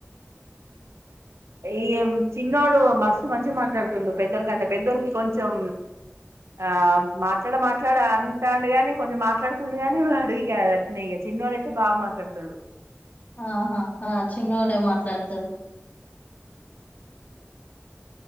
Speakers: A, on the right (about 90°); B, on the left (about 40°).
A: ఈ చిన్నోడు మస్తు మంచిగా మాట్లాడుతుడు పెద్దకి అంటే పెద్దోకి కొంచెం ఆ మాట్లాడ మాట్లాడ అంటాడుగాని కొంచెం మాట్లాడుతుండుగాని వాడు ఇగా అట్నే ఇగ చిన్నోడుయితే బాగా మాట్లాడుతుడు
B: ఆహా ఆ చిన్నోడే మాట్లాత ద